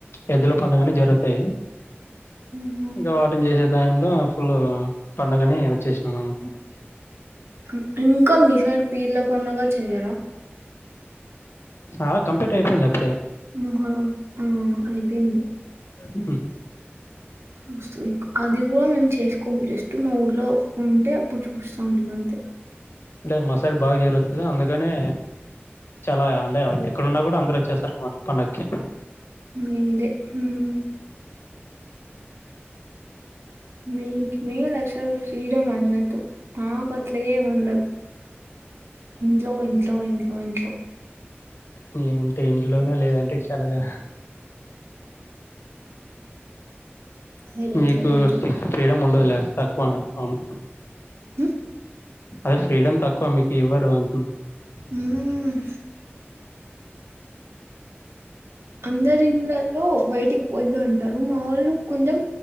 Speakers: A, on the left (about 70°); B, on the right (about 75°).
A: ఎద్దుల పండుగని జరుగుతాయి
B: ఆహా.
A: ఇంకా వాటిని చేసే టైంలో ఫుల్లు పండగని వచ్చేసినాం అనమాట
B: ఉం ఇంకా మిసైడ్ పీర్ల పండగ చెయరా
A: ఆ కంప్లీట్ అయిపోయింది అప్పుడే
B: ముహరం ఆ అయిపోయింది
A: ఉహు
B: వస్తు ఇంక్ అది గూడా మేము చేసుకోము జస్ట్ మా ఊళ్ళో ఉంటే అప్పుడు చూస్తా ఉంటమంతే
A: లేదు మ సైడు బాగా జరుగుతది అందుకనే చాలా అంటే ఎక్కడున్నా గూడా అందరు ఒచ్చేస్తారు అన్నమాట పండక్కి
B: మీదే హుమ్ మీకి మేలసలు ఫ్రీడ మందదు మాకట్ల ఏం ఉండదు ఇంట్లో ఇంట్లో ఇంట్లో ఇంట్లో.
A: నేముంటే ఇంట్లోన లేదంటే చల్లగా
B: అదే బెటర్
A: మీకు
B: కొంచెం
A: ఫ్రీడమ్ ఉండదులే తక్కువ అవును
B: ఉ
A: అదె ఫ్రీడమ్ తక్కువ మీకి ఇవ్వరు అంటున్నా.
B: ఊహ్మ్ అందరి ఇళ్ళలో బయటికి పోవద్దు అంటారు మా వోళ్ళు కొంచెం